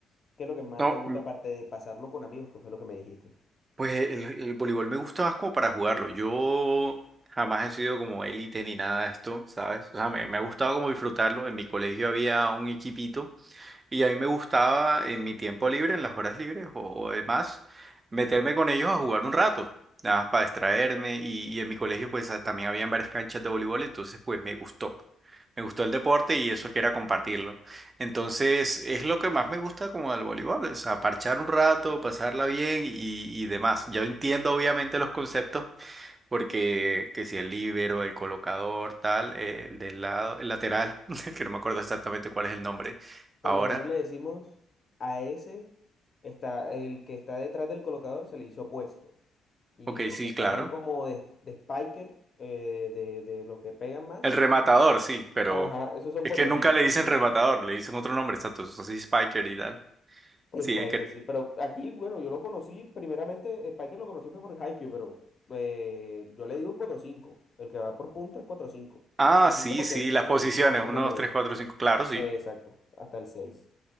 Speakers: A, on the left; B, on the right.
A: ¿Qué es lo que más
B: No.
A: te gusta aparte de pasarlo con amigos, que fue lo que me dijiste?
B: Pues el, el voleibol me gusta más como para jugarlo. Yo jamás he sido como élite ni nada de esto, ¿sabes? O sea, me, me ha gustado como disfrutarlo. En mi colegio había un equipito. Y a mí me gustaba en mi tiempo libre, en las horas libres o, o demás, meterme con ellos a jugar un rato, nada más para distraerme. Y, y en mi colegio pues a- también habían varias canchas de voleibol, entonces pues me gustó. Me gustó el deporte y eso que era compartirlo. Entonces es lo que más me gusta como del voleibol, o sea, parchar un rato, pasarla bien y, y demás. Yo entiendo obviamente los conceptos porque que si el líbero, el colocador, tal, eh, el del lado, el lateral, <laughs> que no me acuerdo exactamente cuál es el nombre
A: Bueno,
B: ahora
A: nosotros le decimos a ese, está, el que está detrás del colocador se le hizo puesto. Y
B: Ok,
A: los
B: sí,
A: que están
B: claro.
A: como de, de spiker, eh, de, de los que pegan más,
B: El rematador, sí, pero
A: ajá, esos son
B: es
A: 4
B: que nunca
A: cinco
B: le dicen rematador, le dicen otro nombre, exacto, así Spiker y tal.
A: Spiker,
B: Sí, es que...
A: sí, pero aquí, bueno, yo lo conocí, primeramente, Spiker lo conocí fue por Haikyuu, pero eh, yo le digo cuatro cinco, el que va por punto es cuatro cinco,
B: Ah,
A: cuatro
B: sí,
A: cinco porque
B: sí, las
A: eso,
B: posiciones,
A: es- eso va por
B: uno
A: números,
B: dos tres cuatro cinco claro, sí.
A: Eh, exacto, hasta el seis.